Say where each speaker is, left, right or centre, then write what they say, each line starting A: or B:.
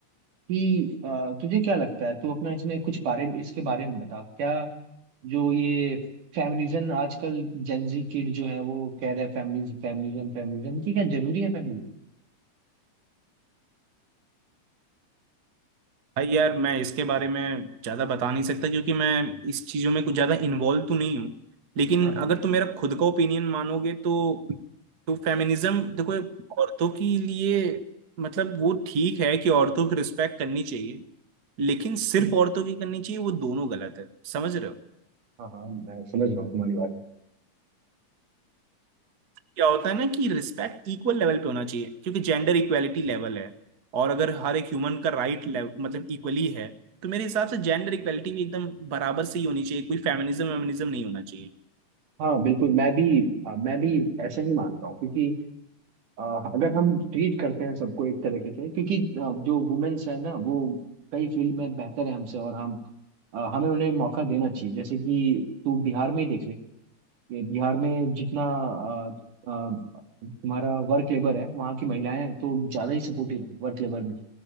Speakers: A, on the right; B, on the right.
A: कि अ, तुझे क्या लगता है तू अपना इसमें कुछ बारे में इसके बारे में बता क्या जो ये फेमिनिज्म आजकल जेंजी किड जो है वो कह रहे हैं फेमिनिज्म फेमिनिज्म फेमिनिज्म कि क्या जरूरी है फेमिनिज्म
B: भाई यार मैं इसके बारे में ज्यादा बता नहीं सकता क्योंकि मैं इस चीजों में कुछ ज्यादा इन्वॉल्व तो नहीं हूँ लेकिन
A: हाँ हाँ
B: अगर तुम मेरा खुद का ओपिनियन मानोगे तो तो फेमिनिज्म देखो औरतों के लिए मतलब वो ठीक है कि औरतों की रिस्पेक्ट करनी चाहिए लेकिन सिर्फ औरतों की करनी चाहिए वो दोनों गलत है समझ रहे हो
A: हाँ हाँ मैं समझ रहा हूँ तुम्हारी बात
B: क्या होता है ना कि रिस्पेक्ट इक्वल लेवल पे होना चाहिए क्योंकि जेंडर इक्वालिटी लेवल है और अगर हर एक ह्यूमन का राइट मतलब इक्वली है तो मेरे हिसाब से जेंडर इक्वालिटी भी एकदम बराबर से ही होनी चाहिए कोई फेमिनिज्म वेमिनिज्म नहीं होना चाहिए
A: हाँ बिल्कुल मैं भी अ, मैं भी ऐसा ही मानता हूँ क्योंकि अ, अगर हम ट्रीट करते हैं सबको एक तरीके से क्योंकि अ, जो वुमेन्स है ना वो कई फील्ड में बेहतर है हमसे और हम अ, हमें उन्हें मौका देना चाहिए जैसे कि तू बिहार में ही देख ले ये बिहार में जितना अ, अ, तुम्हारा वर्क लेबर है वहाँ की महिलाएं तो ज़्यादा ही सपोर्टिव है वर्क लेबर में